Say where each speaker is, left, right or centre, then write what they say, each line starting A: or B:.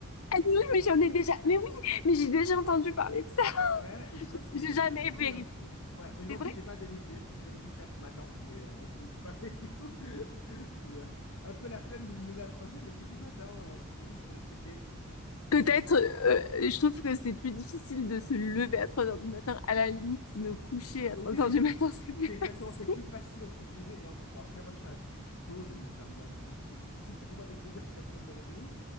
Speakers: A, on the left; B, on the left.
A: Ah oui, mais j'en ai déjà. Mais oui, mais j'ai déjà entendu parler de ça.
B: Ouais, mais je
A: <laughs>
B: crois
A: Je-
B: que c'est
A: J'ai jamais
B: c'est vrai,
A: vérifié.
B: hein. Ouais, mais non
A: C'est vrai?
B: plus, j'ai pas vérifié, parce que j'aurais pu le faire ce matin, mais on... <laughs> je l'ai pas fait du coup. <laughs> J'ai un peu la flemme de me lever à 3h30 du matin euh, pour juste euh, checker.
A: Peut-être,
B: Le-
A: euh, je trouve que c'est plus difficile de se lever à 3 heures du matin. À la limite, me coucher à
B: Oui,
A: trois heures du matin, <laughs> c'est plus
B: c'est exactement,
A: facile.
B: c'est plus facile entre guillemets. Et encore, bon, après, moi je fais un couche tôt, donc ça m'a- ça- <laughs> c'est difficile pour moi de tenir jusqu'à 3h30.